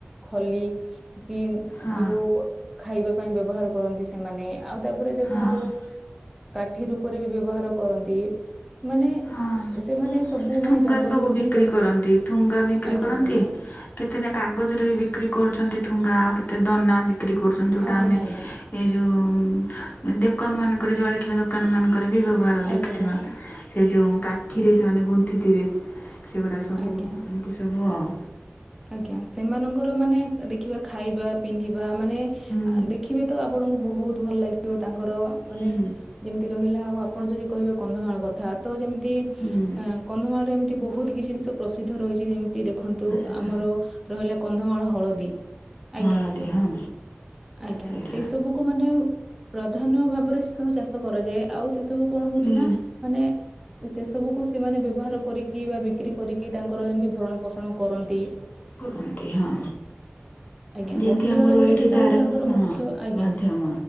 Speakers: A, in the centre; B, on the left.
A: ଖଲି କିମ୍
B: ହଁ
A: ଯୋଉ ଖାଇବା ପାଇଁ ବ୍ୟବହାର କରନ୍ତି ସେମାନେ, ଆଉ ତାପରେ ଦେଖନ୍ତୁ
B: ହଁ
A: କାଠି ରୂପରେ ବି ବ୍ୟବହାର କରନ୍ତି, ମାନେ
B: ହଁ
A: ସେମାନେ ସବୁ
B: ଠୁଙ୍ଗା
A: ମାନେ ଜଙ୍ଗଲରୁ
B: ସବୁ ବିକ୍ରି
A: ହିଁ
B: କରନ୍ତି, ଠୁଙ୍ଗା ବିକ୍ରି
A: ଆଜ୍ଞା
B: କରନ୍ତି।
A: ଆଜ୍ଞା
B: କେତେଟା କାଗଜରେ ବି ବିକ୍ରି କରୁଛନ୍ତି ଠୁଙ୍ଗା, ଆଉ କେତେ ଦନା ବି ବିକ୍ରି କରୁଚନ୍ତି ଯୋଉଟା
A: ଆଜ୍ଞା
B: ଆମେ,
A: ଆଜ୍ଞା
B: ଏ ଯୋଉ ଅ ଦୋକାନ ମାନଙ୍କରେ ଜଳଖିଆ ଦୋକା ଦୋକାନ ମାନଙ୍କରେ ବି ବ୍ୟବହାର
A: ଆଜ୍ଞା
B: ଦେଖିଥିବା
A: ଆଜ୍ଞା
B: ସେ ଯେଉଁ କାଠିରେ ସେମାନେ ଗୁନ୍ଥିଥିବେ ସେଗୁଡ଼ା ସବୁ,
A: ଆଜ୍ଞା
B: ଏମିତି ସବୁ ଆଉ
A: ଆଜ୍ଞା, ସେମାନଙ୍କର ମାନେ ଦେଖିବା ଖାଇବା, ପିନ୍ଧିବା ମାନେ,
B: ହୁଁ
A: ଆ ଦେଖିବେ ତ ଆପଣଙ୍କୁ ବହୁତ ଭଲ ଲାଗିଥିବ ତାଙ୍କର ମାନେ,
B: ହୁଁ
A: ଯେମି ରହିଲା, ଆଉ ଆପଣ ଯଦି କହିବେ କନ୍ଧମାଳ କଥା, ତ ଯେମିତି
B: ହୁଁ
A: ଆ କନ୍ଧମାଳରେ ଏମିତି ବହୁ ବହୁତ କିଛି ଜିନିଷ ପ୍ରସିଦ୍ଧ ରହିଛି ଯେମିତି ଦେଖନ୍ତୁ,
B: ପ୍ରସିଦ୍ଧ
A: ଆମର ରହିଲା କନ୍ଧମାଳ ହଳଦୀ। ଆଜ୍ଞା,
B: ହଳଦୀ
A: ଆଜ୍ଞା,
B: ହଁ
A: ଆଜ୍ଞା
B: ସେଇଟା
A: ସେଇ ସବୁକୁ ମାନେ ପ୍ରାଧାନ୍ୟ ଭାବରେ ସେ ସବୁ ଚାଷ କରାଯାଏ। ଆଉ ସେ ସବୁ କଣ ହଉଚି
B: ହୁଁ
A: ନା, ମାନେ ସେ ସବୁକୁ ସେମାନେ ବ୍ୟବହାର କରିକି ବା ବିକ୍ରି କରିକି, ତାଙ୍କର ଯେମିତି ଭରଣ ପୋଷଣ କରନ୍ତି,
B: କୁହନ୍ତି ହଁ।
A: ଆଜ୍ଞା
B: ଯେମିତି
A: ବଞ୍ଚିବାର
B: ଆମର
A: ଗୋଟେ
B: ଏଇଠି
A: ସେଟା
B: ଦାରଙ୍ଗ
A: ହଉଛି ତାଙ୍କର
B: ହଁ
A: ମୁଖ୍ୟ ଆଜ୍ଞା
B: ମାଧ୍ୟମ।